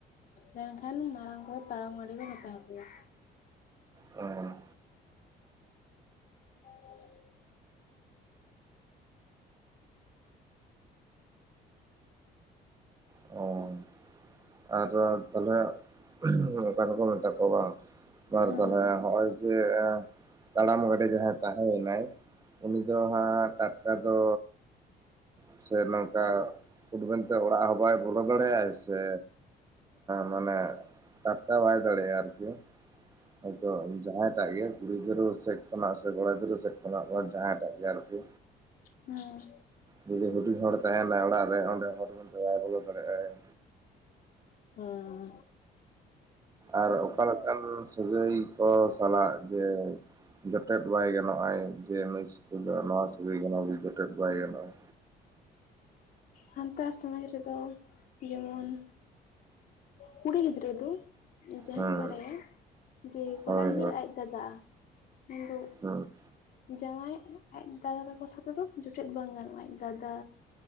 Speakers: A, on the left; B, on the right.
A: ᱞᱮᱱᱠᱷᱟᱱ ᱢᱟᱨᱟᱝ ᱠᱚᱛᱚ ᱛᱟᱲᱟᱢ ᱜᱟᱸᱰᱮ ᱠᱚ ᱢᱮᱛᱟ ᱦᱟᱠᱚᱣᱟ᱾
B: ᱚ
A: <unintelligible>
B: ᱚ ᱟᱨ ᱛᱟᱦᱞᱮ ᱝᱠᱟᱱᱠᱚ ᱢᱮᱛᱟ ᱠᱚ ᱵᱟᱝ ᱟᱨ
A: ᱦᱮᱸ
B: ᱛᱟᱦᱚᱞᱮ ᱦᱚᱜᱚᱭ ᱡᱮ ᱛᱟᱲᱟᱢ ᱜᱟᱸᱰᱮ ᱡᱟᱦᱟᱸᱭ ᱛᱟᱦᱮᱸᱭᱮᱱᱟᱭ ᱩᱱᱤ ᱫᱚ ᱦᱟᱸᱜ ᱴᱟ- ᱠᱟ ᱫᱚ ᱥᱮ ᱱᱚᱝᱠᱟ ᱦᱩᱰ ᱢᱮᱱ ᱛᱮ ᱚᱲᱟᱜ ᱦᱚᱸ ᱵᱟᱭ ᱵᱚᱞᱚ ᱫᱟᱲᱮᱭᱟᱜᱟᱭ ᱥᱮ ᱢᱟᱱᱮ ᱴᱟᱴᱴᱟ ᱵᱟᱭ ᱫᱟᱲᱮᱭᱟᱜᱼᱟ ᱟᱨᱠᱤ ᱦᱚᱭᱛᱚ ᱡᱟᱦᱟᱸᱭᱴᱟᱜ ᱜᱮ ᱠᱩᱲᱤ ᱜᱤᱫᱽᱨᱟᱹ ᱥᱮᱫ ᱠᱷᱚᱱᱟᱜ ᱥᱮ ᱠᱚᱲᱟ ᱜᱤᱫᱽᱨᱟᱹ ᱥᱮᱫ ᱠᱷᱚᱱᱟᱜ ᱡᱟᱦᱟᱸᱭᱴᱟᱜ ᱜᱮ ᱟᱨᱠᱤ
A: ᱦᱮᱸ
B: ᱡᱩᱫᱤ ᱦᱩᱰᱤᱧ ᱦᱚᱲ ᱛᱟᱦᱮᱱᱟᱭ ᱚᱲᱟᱜ ᱨᱮ ᱚᱸᱰᱮ ᱦᱚᱴ ᱢᱮᱱᱛᱮ ᱵᱟᱭ ᱵᱚᱞᱚ ᱫᱟᱲᱮᱭᱟᱜᱼ ᱟᱭ᱾
A: ᱦᱩᱸ᱾
B: ᱟᱨ ᱚᱠᱟ ᱞᱮᱠᱟᱱ ᱥᱟᱹᱜᱟᱹᱭ ᱠᱚ ᱥᱟᱞᱟᱜ ᱡᱮ ᱡᱚᱴᱮᱫ ᱵᱟᱭ ᱜᱟᱱᱚᱜᱼᱟ ᱡᱮ ᱱᱩᱭ ᱥᱚᱛᱮ ᱫᱚ ᱱᱚᱣᱟ ᱥᱟᱜᱟᱹᱭ ᱠᱟᱱᱟ ᱡᱮ ᱡᱚᱴᱮᱫ ᱵᱟᱭ ᱜᱟᱱᱚᱜᱼᱟ᱾
A: ᱥᱟᱱᱛᱟᱲ ᱥᱚᱢᱟᱡᱽ ᱨᱮᱫᱚ ᱡᱮᱢᱚᱱ ᱠᱩᱲᱤ ᱜᱤᱫᱽᱨᱟᱹ ᱫᱚ ᱡᱟᱦᱟᱧ
B: ᱦᱮᱸ
A: ᱵᱟᱲᱟᱭᱟ ᱡᱮ ᱠᱚᱲᱟ
B: ᱦᱳᱭ
A: ᱜᱤᱫᱽᱨᱟᱹ ᱟᱡ ᱫᱟᱫᱟ, ᱢᱮᱱ ᱫᱚ
B: ᱦᱩᱸ᱾
A: ᱡᱟᱶᱟᱭ ᱟᱡ ᱫᱟᱫᱟ ᱛᱟᱠᱚ ᱥᱟᱛᱮ ᱫᱚ ᱡᱚᱴᱮᱫ ᱵᱟᱝ ᱜᱟᱱᱚᱜᱼᱟ, ᱟᱡ ᱫᱟᱫᱟ᱾